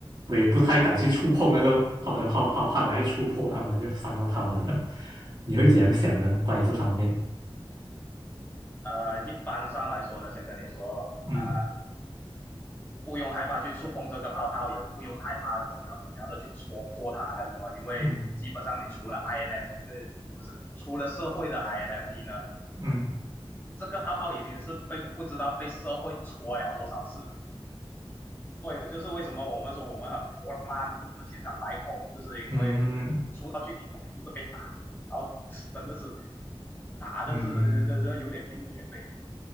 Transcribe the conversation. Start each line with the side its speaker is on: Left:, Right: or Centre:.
Right: 我也不太敢去触碰那个他们的泡泡，怕等下一触碰他们就伤到他们了。你会怎样想呢？关于这方面？
Left: 呃，一般上来说呢，先跟你说，
Right: 嗯
Left: 呃，不用害怕去触碰这个泡泡，也不用害怕怎样怎样的去戳破它还是什么，因为基本上你出了
Right: 嗯
Left: INF，呃，不是出了社会的 INFP 呢，
Right: 嗯
Left: 这个泡泡已经是被不知道被社会戳了多少次。所以就是为什么我们说我们很破烂，我们千疮百孔，就是因为出道去你肯定就是被打，
Right: 嗯
Left: 然后真的是打的是这这有点面目全非。
Right: 嗯